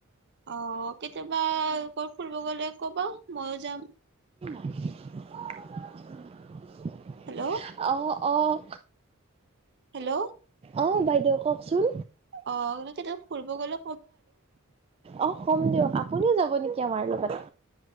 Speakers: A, on the right (about 55°); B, on the right (about 25°).
A: অ। কেতিয়াবা কৰ ফুৰিব গ'লে। কবা ময়ো যাম।
B: <unintelligible>
A: হেল্ল'
B: অ। অ।
A: হেল্ল'।
B: অঁ বাইদেউ ককচোন।
A: অ। তেতিয়া ফুৰব গ'ল।
B: অ কম দিঅক। আপোনিও যাব নেকি আমাৰ লগত।